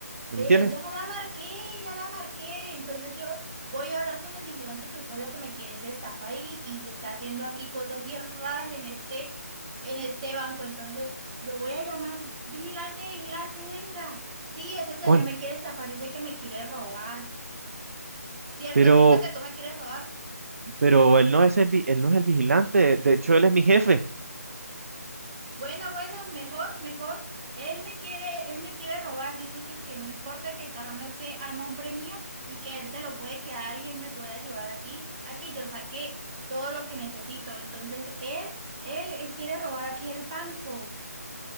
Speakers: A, on the right; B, on the right.
A: ¿Me
B: Pero
A: entiende?
B: ya la marqué, ya la marqué. Entonces yo voy a hablar con el vigilante que usted lo que me quiere es estafar y, y está haciendo aquí cosas bien raras en este, en este banco. Entonces lo voy a llamar. Vigilante, vigilante, venga. Sí, ese señor
A: ¿Cuál?
B: me quiere estafar, dice que me quiere robar. Cierto,
A: Pero,
B: cierto que tú me quieres robar.
A: pero él no es el, vi- él no es el vigilante. De hecho, él es mi jefe.
B: Bueno, bueno, mejor, mejor. Él me quiere, él me quiere robar, dice que, que no importa que el carro no esté a nombre mío y que él se lo puede quedar y él me puede ayudar aquí a que yo saque todo lo que necesito. Entonces, él, él, él quiere robar aquí el banco.